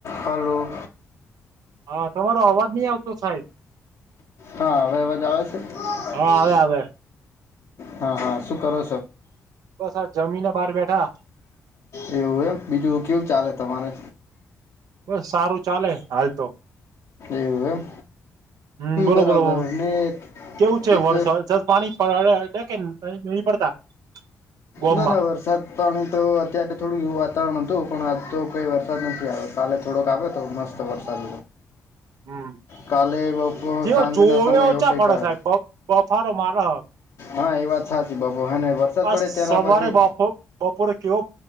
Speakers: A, on the left; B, on the right.
A: હાલું
B: હા તમારો અવાજ નહી આવતો સાહેબ
A: હા હવે અવાજ આવે
B: હા
A: છે
B: આવે આવે
A: હા હા શું કરો
B: બસ આ જમીન બહાર બેઠા
A: એવું એમ બીજું કેવું ચાલે તમારે
B: બસ સારું ચાલે હાલ તો
A: એવું એમ
B: હમ બોલો
A: બરાબર
B: બોલો
A: ને
B: કેવું છે
A: એક
B: વર્સાદ <inaudible> પાણી કે નહી પડતા ગોમમાં
A: ના ના વરસાદ પાણી તો અત્યારે થોડું એવું વાતાવરણ હતું પણ આજ તો કઈ વરસાદ નથી આવ્યો કાલે થોડોક આવ્યો તો મસ્ત વરસાદ
B: હમ
A: કાલે બપ
B: જેવો
A: સાંજના
B: જોવે
A: સમય
B: ઓછા
A: એવો કઈ
B: પડે
A: કળ
B: સાહેબ બફારો મારા
A: હા એ વાત સાચી બાબુ અને વરસાદ
B: આજ
A: પડે ત્યાંના
B: સવારે
A: પછી
B: બપો બપોરે કેવો